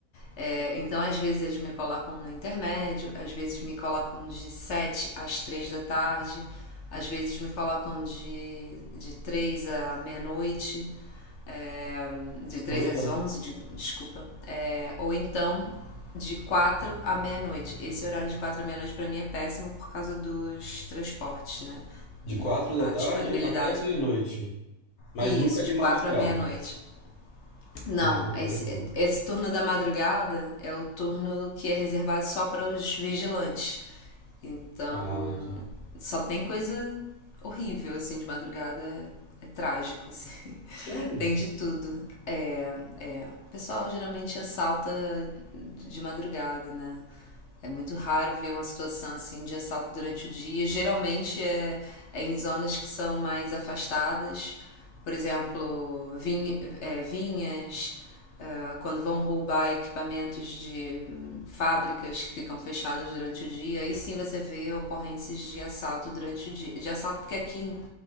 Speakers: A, on the left; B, on the left.
A: É, então, às vezes eles me colocam no intermédio, às vezes me colocam de 7 às três da tarde, às vezes me colocam de, de 3 à meia-noite, é, de três
B: Ah, legal.
A: às 11 de, desculpa. É, ou então de 4 à meia-noite. Esse horário de 4 à meia-noite pra mim é péssimo por causa dos transportes, né?
B: De quatro da
A: A
B: tarde
A: disponibilidade.
B: até meia-noite. Mas
A: e
B: nunca
A: Isso,
B: de
A: de 4
B: madrugada.
A: à meia-noite. Não,
B: De madrugada
A: esse,
B: não.
A: esse turno da madrugada é o turno que é reservado só para os vigilantes. Então,
B: Ah, tá.
A: só tem coisa horrível, assim, de madrugada. É, é trágico, assim.
B: Sério?
A: <laughs> Tem de tudo. É, é. O pessoal geralmente assalta de madrugada, né? É muito raro ver uma situação assim de assalto durante o dia. Geralmente é, é em zonas que são mais afastadas, por exemplo, vinha- é, vinhas, ah, quando vão roubar equipamentos de hum, fábricas que ficam fechadas durante o dia. Aí sim você vê ocorrências de assalto durante o dia. De assalto, porque aqui em,